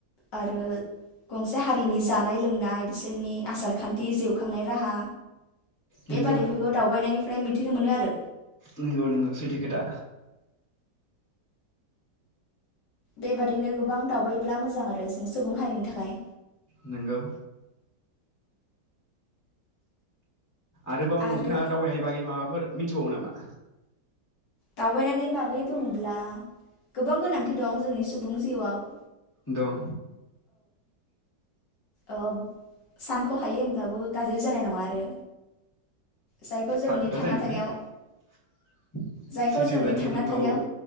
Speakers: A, on the left; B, on the left.
A: आरो गंसे हारिनि जानाय लोंनाय बिसोरनि आसार खान्थि जिउखांनाय राहा बेबादिफोरखौ
B: नोंगौ
A: दावबायनायनिफ्राय मिथिनो मोनो आरो
B: नोंगौ नोंगौ सैथो खोथा।
A: बेबादिनो गोबां दावबायोब्ला मोजां आरो जों सुबुं हारिनि थाखाय।
B: नोंगौ। आरोबाव
A: आरो
B: नोंथाङा दावबायनायनि बागै माबाफोर मिन्थिबावो नामा?
A: दावबायनायनि बागै बुङोब्ला गोबां गोनांथि दं जोंनि सुबुं जिउआव।
B: दं।
A: अ सानख'हायै ओमब्लाबो गाज्रि जानाय नङा आरो। जायखौ जोंनि
B: थारखोथा
A: थांना
B: जानिबो।
A: थानायाव
B: सैथो
A: जायखौ जोंनि
B: जानायनिजोंबो
A: थांना थानायाव
B: औ